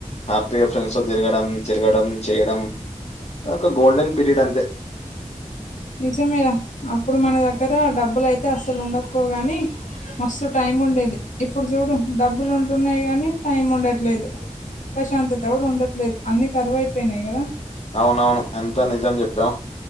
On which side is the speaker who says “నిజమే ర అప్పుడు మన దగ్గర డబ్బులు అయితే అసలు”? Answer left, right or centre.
Left